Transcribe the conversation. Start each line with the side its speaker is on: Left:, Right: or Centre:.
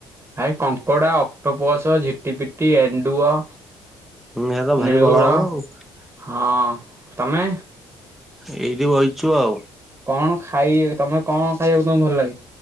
Right: ଭାଇ କଙ୍କଡା, ଅକ୍ଟୋପସ, ଝିଟିପିଟି, ଏଣ୍ଡୁଅ
Centre: ହୁଁ ସେ ତ ଭାରି
Right: ନେଉଳ
Centre: ବଳ ହବ ଆଉ
Right: ହଁ ତମେ
Centre: ଏଇଠି ବଇଛୁ ଆଉ
Right: କଣ ଖାଇ ତମେ କଣ ଖାଇବାକୁ ତମକୁ ଭଲ ଲାଗେ?